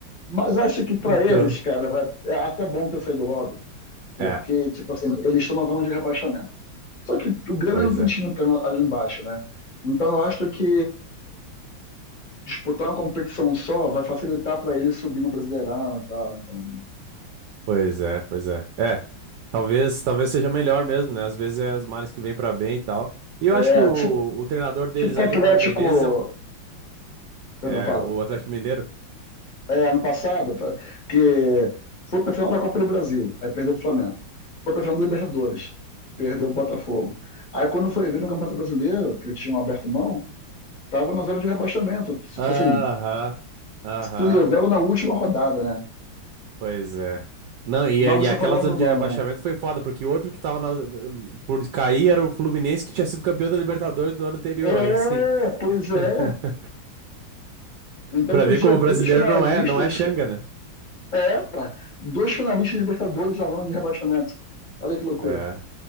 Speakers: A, on the left; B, on the right.
A: Mas acho que para
B: Então.
A: eles, cara, vai, é até bom ter saído logo. Porque,
B: É,
A: tipo assim, eles estão na zona de rebaixamento. Só que o Grêmio
B: pois
A: não tem
B: é.
A: time pra- ali embaixo, né? Então eu acho que disputar uma competição só vai facilitar para ele subir no Brasileirão e tal. Então,
B: Pois é, pois é. É. Talvez, talvez seja melhor mesmo, né? Às vezes é os males que vêm pra bem e tal. E eu
A: é,
B: acho que o,
A: tipo,
B: o treinador deles
A: tipo
B: ali,
A: o Atlético,
B: o Mano Menezes, é, um,
A: perdão,
B: é
A: fala.
B: o Atlético Mineiro.
A: É, ano passado, tá? que foi pra final da Copa do Brasil, aí perdeu o Flamengo. Foi pra final da Libertadores, perdeu o Botafogo. Aí quando foi ver no Campeonato Brasileiro, que eles tinham aberto mão, tava na zona de rebaixamento. Tipo
B: Aham,
A: assim,
B: aham,
A: se livraram na última rodada, né?
B: pois é. Não, e,
A: Mas você
B: e aquela
A: falou
B: zona
A: do Mano,
B: de rebaixamento
A: né?
B: foi foda, porque o outro que tava na- por cair era o Fluminense, que tinha sido campeão da Libertadores no ano anterior,
A: É,
B: assim.
A: pois
B: <laughs>
A: é. Então,
B: Pra
A: todo
B: ver
A: dia,
B: como o
A: dois
B: brasileiro
A: finalistas.
B: não é, não é Xanga, né?
A: É, pá, dois finalistas de Libertadores na zona de rebaixamento. Olha que loucura.
B: É,